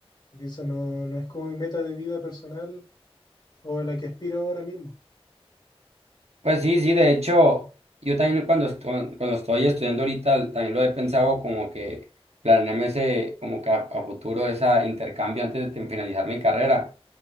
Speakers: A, on the left; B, on the right.
A: porque eso no, no es como mi meta de vida personal o a la que aspiro ahora mismo.
B: Pues sí, sí, de hecho, yo también cuando, estu- cuando estoy estudiando ahorita l- también lo he pensado como que planearme ese, como que a, a futuro ese intercambio antes de te- finalizar mi carrera,